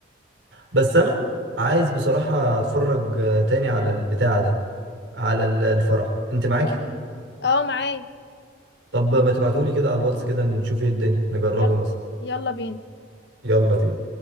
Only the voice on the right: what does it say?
بس انا عايز بصراحة اتفرج آه، تاني على البتاع ده على ال- الفرح انت معاكي
طب ما تبعتولي كده على الواتس كده نشوف ايه الدنيا نجربه
مثلا
يلا بينا